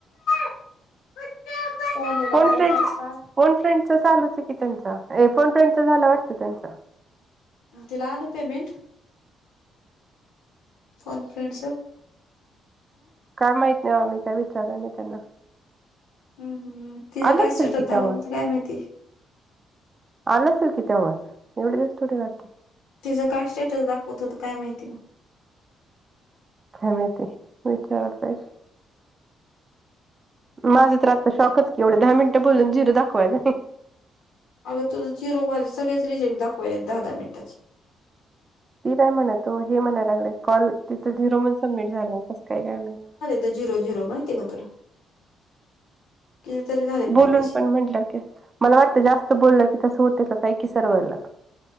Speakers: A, on the left (about 80°); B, on the right (about 30°).
A: <unintelligible> <unintelligible>
B: फोन फ्रेंड्स फोन फ्रेंडचं चालूचचे की तेंच ये फोन फ्रेंडचं झालं वाटतं त्यांच.
A: म तीला आलं पेमेंट फोन फ्रेंडचं?
B: काय माहीत नाही वा मी काय विचाराय नाही त्यांना.
A: हम्म हम्म तिचं
B: आलं
A: काय
B: असेल
A: सटकता
B: की तेव्हाच
A: काय माहिती.
B: आलंसा कि तवाच थोडी दिवस तरी राहते
A: तिचं काय स्टेटस दाखवत होत काय माहिती मग
B: काय माहिती, विचाराय पाहिजे. माझं तर आत्ता शॉकच की एवढे दहा मिनिटं बोलून झिर दाखवालय
A: अग तुझ झिरो माझे सगळेच रिजेक्ट दाखवायले दहा -दहा मिनटाची
B: मी काय म्हणतो हे म्हणाय लागल्यात कॉल तिथं झिरो म्हण सबमिट झालाय कसं काय, काय माहीत.
A: ते झिरो, झिरो माहितीय का तुला कितीतरी झालेत माझे
B: बोलून
A: असे.
B: पण म्हटलं कि, मला वाटतं जास्त बोललं की तसं होतय का काय की सर्व्हरला